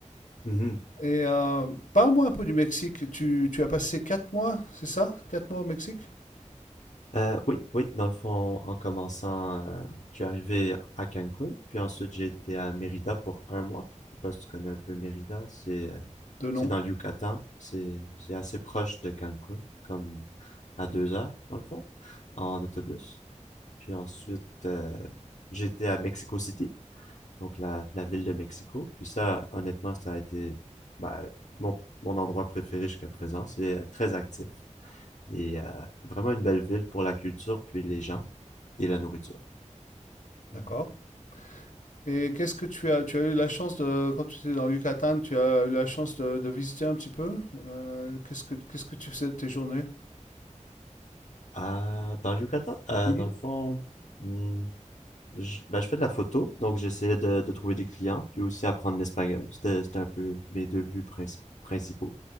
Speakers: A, on the left (about 70°); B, on the left (about 85°).
A: mhm.
B: Et euh, parle-moi un peu du Mexique. Tu, tu as passé quatre mois, c'est ça? Quatre mois au Mexique?
A: Euh, oui, oui, dans le fond, en commençant, euh, je suis arrivé à Cancun, puis ensuite j'ai été à Mérida pour un mois. Je sais pas si tu connais un peu Mérida, c'est, euh,
B: De non,
A: c'est dans le Yucatan, c'est, c'est assez proche de Cancun, comme à deux heures, dans le fond, en autobus. Puis ensuite, euh, j'ai à Mexico City donc la, la ville de Mexico. Puis ça, honnêtement, ça a été ben, mon, mon endroit préféré jusqu'à présent. C'est euh, très actif et euh, vraiment une belle ville pour la culture, puis les gens et la nourriture.
B: d'accord.
A: Mm-hmm.
B: Et qu'est-ce que tu as, tu as eu la chance de, quand tu étais dans le Yucatan, tu as eu la chance de, de visiter un petit peu? Euh, qu'est-ce que, qu'est-ce que tu faisais de tes journées?
A: Euh, dans le Yucatan, euh,
B: Mhm.
A: dans le fond, hmm, je, ben, je fais de la photo, donc j'essayais de, de trouver des clients, puis aussi apprendre l'espagnol. C'était, c'était un peu mes deux buts princi- principaux